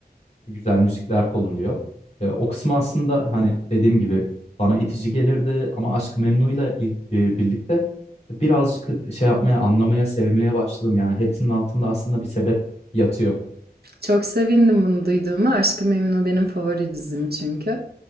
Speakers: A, on the left; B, on the right.
A: güzel müzikler kolumluyor. E, o kısmı aslında hani dediğim gibi bana itici gelirdi ama Aşk-ı Memnu'yla il- e, birlikte birazcık şey yapmaya, anlamaya, sevmeye başladım. Yani hepsinin altında aslında bir sebep yatıyor.
B: Çok sevindim bunu duyduğuma. Aşk-ı Memnu benim favori dizim çünkü.